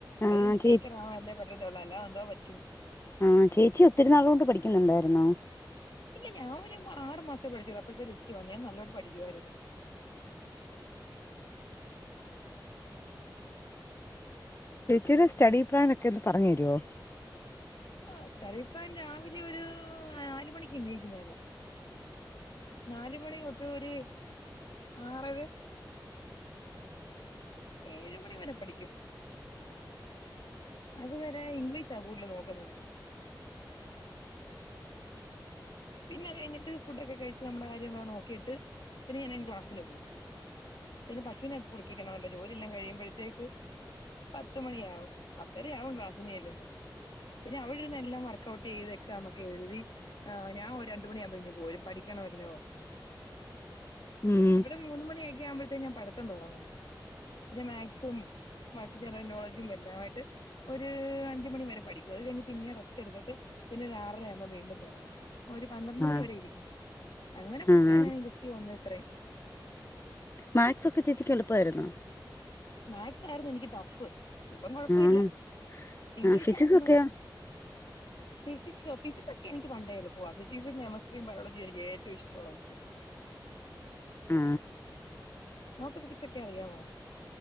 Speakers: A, on the left; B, on the left.
A: ആഹ്
B: അതിന്ണ്ട്
A: ചേ
B: ടീച്ചർ ആവാനല്ലേ പറ്റത്തൊള്ളൂ അല്ലാതെന്തോ പറ്റും.
A: ആഹ് ചേച്ചി ഒത്തിരി നാളുകൊണ്ട് പഠിക്കുന്നുണ്ടായിരുന്നോ.
B: ഇല്ല ഞാ ഒരു ആറ് മാസേ പഠിച്ചൊള്ളൂ അപ്പഴ്ത്തെ ലിസ്റ്റി വന്ന്. ഞാൻ നല്ലോട്ട് പഠിക്കുവായിരുന്ന്.
A: ചേച്ചീടെ സ്റ്റഡി പ്ലാൻ ഒക്കെ ഒന്ന് പറഞ്ഞു തരുവോ?
B: ആഹ് സ്റ്റഡി പ്ലാൻ രാവിലെ ഒരു നാല് മണിക്ക് ഇണീക്കും ഞാന്. നാല് മണി തൊട്ട് ഒര് ആറര ഏഴ് മണി വരെ പഠിക്കും. അതുവ രേ ഇംഗ്ലീഷാ കൂടുതല് നോക്കുന്നത് ഞാന്. പിന്നെ അത് കയ്ഞ്ഞിട്ട് ഫുഡൊക്കെ കഴിച്ച് നമ്മടെ കാര്യങ്ങൾ നോക്കീട്ട് പിന്നെ ഞാനങ്ങു ക്ലാസിന് പോവും. പിന്നെ പശുവിനെ ഒക്കെ കുളിപ്പിക്കണോല്ലോ ജോലിയെല്ലാം കഴിയുമ്പഴ്ത്തേക്ക് പത്ത് മണിയാവും. പത്തെരയാവും ക്ലാസ്സിന് ചെല്ലുമ്പം. പിന്നെ ഔട്ന്നെല്ലാം വർക്കഔട്ട് ചെയ്ത് എക്സാമൊക്കെ എഴുതി ഞാൻ ഒര് രണ്ടു മണിയാവുമ്പൊ ഇങ് പോരും. പഠിക്കണ്വല്ലോ.
A: ഉം
B: ഇവിടെ മൂന്ന് മണിയൊക്കെ ആവുമ്പഴത്തേനും ഞാൻ പഠിത്തം തൊടങ്ങും. പിന്നെ മാക്സും. ബാക്കി ജനറൽനോളജും എല്ലായിട്ട്. ഒരു അഞ്ച് മണി വരെ പഠിക്കും അത് കഴിഞ്ഞ് പിന്നെ റെസ്റ്റ് ഇടുത്തിട്ട് പിന്നെ ഒരു ആറര ആകുമ്പ വീണ്ടും തൊടങ്ങും ഒരു പന്ത്രണ്ട് മണി
A: ആഹ്
B: വരെ ഇരിക്ക്യും. അങ്ങനെ പഠിച്ചാ
A: ആഹ്
B: ഞാൻ ഈ ലിസ്റ്റീ വന്നത്രെ.
A: മാക്സൊക്കെ ചേച്ചിക്ക് എളുപ്പമായിരുന്നോ
B: മാക്സ് ആയിരുന്നു എനിക്ക് ടഫ്. ഇപ്പം കൊഴപ്പില്ല
A: ആഹ്
B: ഇംഗ്ലീഷായിരുന്നു
A: ആഹ് ഫിസിക്സ് ഒക്കെയോ
B: ഫിസിക്സോ ഫിസിക്സൊക്കെ എനിക്ക് ക് പണ്ടേ എളുപ്പവാ ഫിസിക്സും കെമസ്ട്രിയും ബയോജിയും എനിക്ക് ഏറ്റവും ഇഷ്ടുള്ള വിഷയം
A: ആ
B: മോക്ക് ഫിസിക്സൊക്കെ അറിയാവോ